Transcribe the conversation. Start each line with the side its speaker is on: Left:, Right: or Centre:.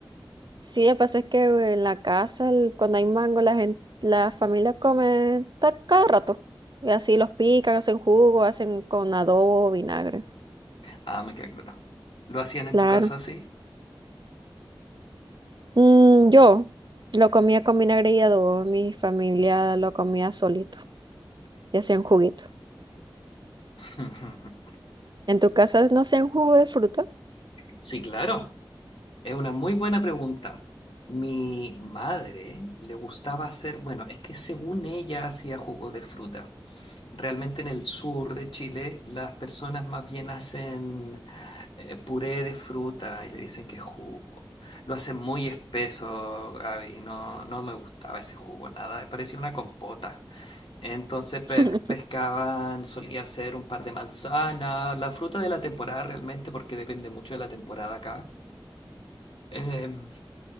Right: Sí, lo que pasa es que en la casa, el- cuando hay mango, la gente, la familia come ta- cada rato. Y así los pican, hacen jugo, hacen con adobo, vinagre.
Left: Ah, me queda claro. ¿Lo hacían en
Right: Claro.
Left: tu casa así?
Right: Mm, yo lo comía con vinagre y adobo, mi familia lo comía solito y hacían juguito.
Left: <laughs>
Right: ¿En tu casa no hacían jugo de fruta?
Left: Sí, claro. Es una muy buena pregunta. Mi madre le gustaba hacer, bueno, es que según ella hacía jugo de fruta. Realmente en el sur de Chile las personas más bien hacen eh, puré de fruta y le dicen que es jugo. Lo hacen muy espeso, Gaby. No, no me gustaba ese jugo, nada. Parecía una compota. Entonces pe-
Right: <laughs>
Left: pescaban, solía hacer un par de manzanas, la fruta de la temporada realmente, porque depende mucho de la temporada acá. em,